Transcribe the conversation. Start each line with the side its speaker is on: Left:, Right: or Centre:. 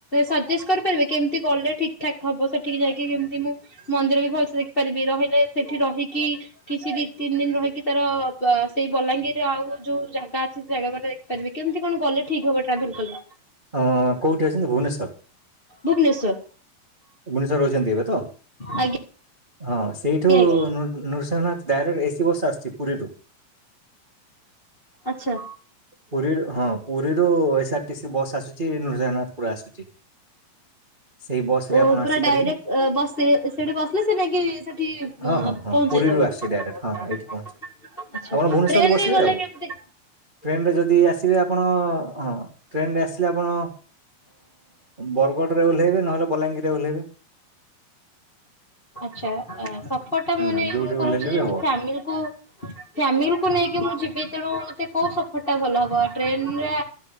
Left: ସଜେଷ୍ଟ କରିପାରିବେ, କେମତି ଗଲେ ଠିକ ଠାକ ହବ? ସେଠିକି ଯାଇକି କେମତି ମୁଁ ମନ୍ଦିର ବି ଭଲସେ ଦେଖିପାରିବି, ରହିଲେ ସେଠି ରହିକି କିଛି ଦି ତିନି ଦିନ ରହିକି ତାର ବା ସେଇ ବଲାଙ୍ଗୀରରେ ଆଉ ଯୋଉ ଜାଗା ଅଛି ସେ ଜାଗା ଦେଖିପାରିବି କେମିତି କଣ ଗଲେ ଠିକ ହବ ଟ୍ରାଭେଲ କଲେ।
Right: ଅ କୋଉଠି ଅଛନ୍ତି? ଭୁବନେଶ୍ୱର।
Left: ଭୁବନେଶ୍ୱର।
Right: ଭୁବନେଶ୍ୱରରେ ରହୁଛନ୍ତି ଏବେ ତ।
Left: ଆଜ୍ଞା।
Right: ହଁ ସେଇଠୁ
Left: ଆଜ୍ଞା
Right: ନୃ ନୃସିଂହନାଥ ଡାଇରେକ୍ଟ ଏସିି ବସ ଆସୁଛି ପୁରୀରୁ।
Left: ଆଛା।
Right: ପୁରୀରୁ ହଁ ପୁରୀରୁ ଏସ୍ଆରଟିସି ବସ୍ ଆସୁଛି ନୃସିଂହନାଥ ପୁରା ଆସୁଛି। ସେଇ ବସ ରେ
Left: ଓ
Right: ଆପଣ
Left: ପୁରା
Right: ଆସିପାରିବେ
Left: ଡାଇରେକ୍ଟ ବସି ସେଠି ବସିଲେ ସେ ନେଇକି ସେଠି
Right: ହଁ ହଁ ହଁ
Left: ପହଞ୍ଚେଇଦବ।
Right: ପୁରୀରୁ ଆସୁଛି ଡାଇରେକ୍ଟ
Left: ଆଛା
Right: ହଁ ହଁ ଏଇଠି ପହଞ୍ଚିବ ଆପଣ ଭୁବନେଶ୍ୱରରୁ
Left: ଟ୍ରେନରେ
Right: ବସିବେ
Left: ଗଲେ
Right: ଆଉ
Left: କେମତି
Right: ଟ୍ରେନରେ ଯଦି ଆସିବେ ଆପଣ ହଁ ଟ୍ରେନରେ ଆସିଲେ ଆପଣ ବରଗଡ଼ରେ ଓହ୍ଲେଇବେ ନହେଲେ ବଲାଙ୍ଗୀରରେ ଓହ୍ଲେଇବେ
Left: ଆଛା ସଫ
Right: ହୁଁ
Left: ମାନେ
Right: ଯୋଉଠି
Left: ମୁଁ
Right: ଓହ୍ଲେଇଲେ
Left: କହୁଛି ଯଦି
Right: ବି ହବ।
Left: ଫାମିଲି କୁ ଫ୍ୟାମିଲି କୁ ନେଇକି ମୁଁ ଯିବି ତେଣୁ ଟେ କୋଉ ସଫର ଟା ଭଲ ହବ ଟ୍ରେନରେ